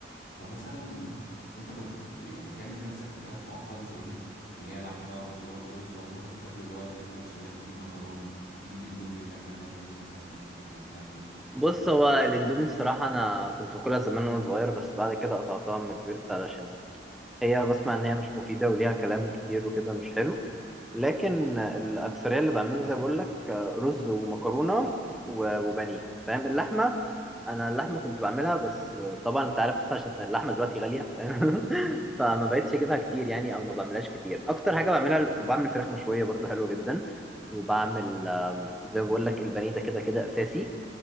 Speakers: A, on the left; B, in the centre.
A: فمثلا انت كنت بت- يعني بتعمل نفسك اكلات معقده زي دي اللي هي لحمه وخضار ورز ولا انت كنت بتاكل اللي هو زي كل الشباب تجيب مكرونه تجيب اندومي وتعمل عليها بانيه مثلا مش عارف ايه بتاع كده
B: بص هو الاندومي الصراحه انا كنت باكلها زمان وانا صغير بس بعد كده قطعتها اما كبرت علشان هي بسمع ان هي مش مفيده وليها كلام كتير وكده مش حلو لكن الاكثريه اللي بعمله زي بقول لك رز ومكرونه و- وبانيه فاهم اللحمه انا اللحمه كنت بعملها بس طبعا انت عارف عشان اللحمه دلوقتي غاليه فاهم <laughs> فما بقتش اجيبها كتير يعني او ما بعملهاش كتير اكتر حاجه بعملها بعمل فراخ مشويه برضو حلوه جدا وبعمل آم، زي ما بقول لك البانيه ده كده كده اساسي